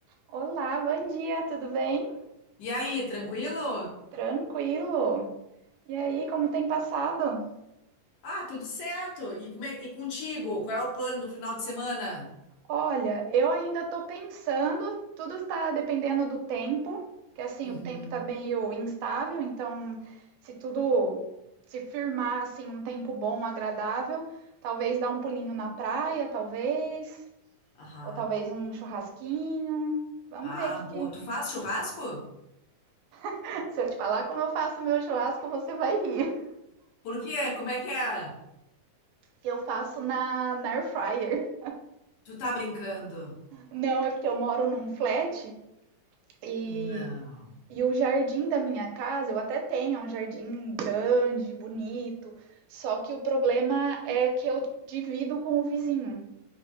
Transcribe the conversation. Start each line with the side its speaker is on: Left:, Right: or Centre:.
Right: Olá, bom dia, tudo bem?
Left: E aí, tranquilo?
Right: Tranquilo. E aí, como tem passado?
Left: Ah, tudo certo. E, como é- e contigo? Qual é o plano do final de semana?
Right: Olha, eu ainda tô pensando, tudo está dependendo do tempo, que assim,
Left: Uhum.
Right: o tempo tá meio instável, então se tudo se firmar assim um tempo bom, agradável, talvez dar um pulinho na praia, talvez,
Left: Aham.
Right: ou talvez um churrasquinho. Vamos
Left: Ah,
Right: ver o que
Left: boa.
Right: que-
Left: Tu faz churrasco?
Right: <laughs> Se eu te falar como eu faço meu churrasco, você vai rir.
Left: Por quê? Como é que é?
Right: Eu faço na, na air fryer.
Left: Tu tá brincando?
Right: Não, é porque eu moro num flat e,
Left: Não.
Right: e o jardim da minha casa, eu até tenho, é um jardim grande, bonito, só que o problema é que eu divido com o vizinho.